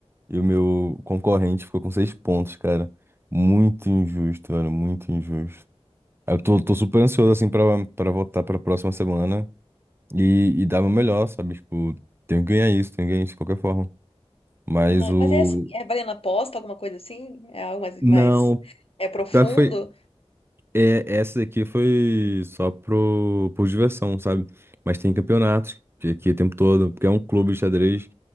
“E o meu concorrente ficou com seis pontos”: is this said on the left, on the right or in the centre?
Right